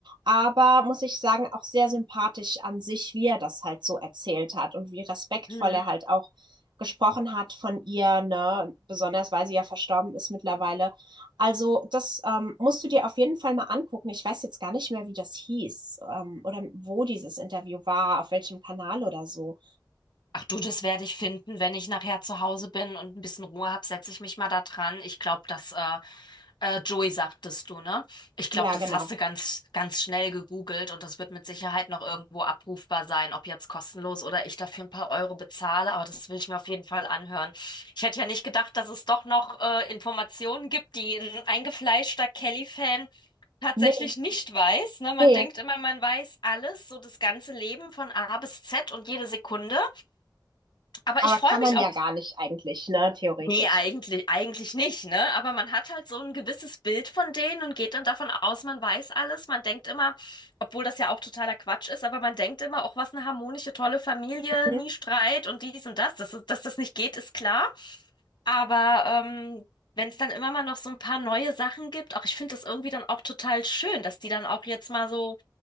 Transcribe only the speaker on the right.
aber muss ich sagen, auch sehr sympathisch an sich, wie er das halt so erzählt hat und wie respektvoll
er halt auch gesprochen hat von ihr, ne? Besonders weil sie ja verstorben ist mittlerweile. Also, das ähm, musst du dir auf jeden Fall mal angucken. Ich weiß jetzt gar nicht mehr, wie das hieß, ähm, oder wo dieses Interview war, auf welchem Kanal oder so.
Ja,
genau.
Nee,
nee.
Aber
kann
man
ja gar nicht eigentlich, ne? Theoretisch.
Mhm.